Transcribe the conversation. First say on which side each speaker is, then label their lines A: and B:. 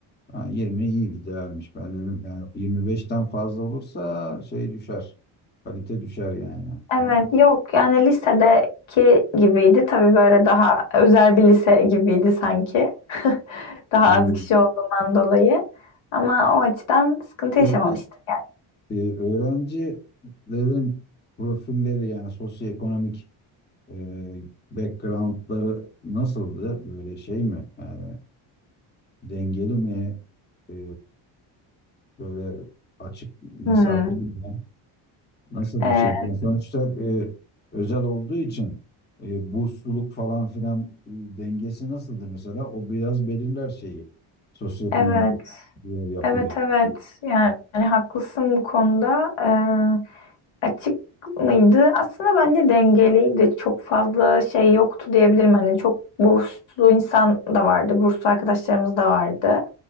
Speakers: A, on the left; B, on the left.
A: Ha, 20 iyi idealmiş. Ben dedim yani 25'ten fazla olursa şey düşer. Kalite düşer yani.
B: Evet yok yani lisedeki gibiydi. Tabii böyle daha özel bir lise gibiydi sanki. <laughs> Daha
A: Hmm.
B: az kişi olduğundan dolayı. Ama o açıdan sıkıntı
A: Peki
B: yaşamamıştım.
A: E, öğrencilerin profilleri yani sosyoekonomik e, backgroundları nasıldı? Böyle şey mi? Yani dengeli mi? E, böyle açık mesafeli
B: Hmm.
A: mi? Nasıl
B: Ee,
A: bir şeydi? Yani sonuçta e, özel olduğu için e, bursluluk falan filan e, dengesi nasıldı mesela? O biraz belirler şeyi. Sosyoekonomik
B: evet,
A: e, yapıyı.
B: evet, evet. Yani, haklısın bu konuda. Ee, açık mıydı? Aslında bence dengeliydi. Çok fazla şey yoktu diyebilirim. Hani çok burslu insan da vardı. Burslu arkadaşlarımız da vardı.